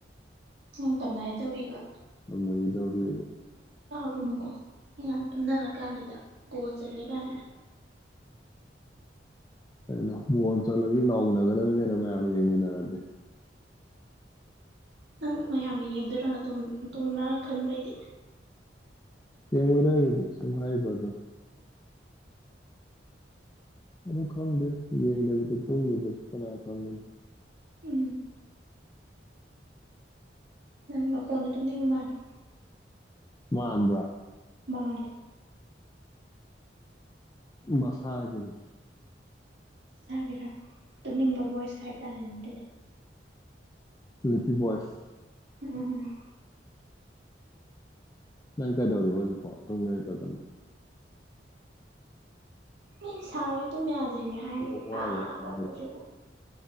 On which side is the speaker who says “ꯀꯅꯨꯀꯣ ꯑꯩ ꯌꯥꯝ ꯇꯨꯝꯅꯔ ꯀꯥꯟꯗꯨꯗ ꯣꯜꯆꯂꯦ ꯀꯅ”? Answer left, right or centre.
Right